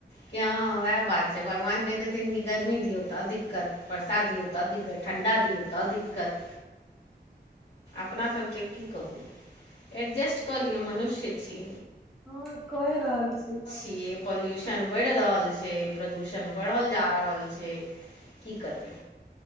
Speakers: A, on the left; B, in the centre.
A: कि हँ वएह बात छै भगवान कहैत हेथिन कि गर्मी दियौ तऽ दिक्कत बर्षा दियौ त दिक्कत ठण्ढा दियौ त दिक्कत अपना सभके की कहू एडजस्ट कऽ लिअ मनुष्य छी
B: हँ कये रहल छी
A: ये पोल्यूशन प्रदूषण बढ़ि रहल छै प्रदूषण बढ़ल जा रहल छै की करबै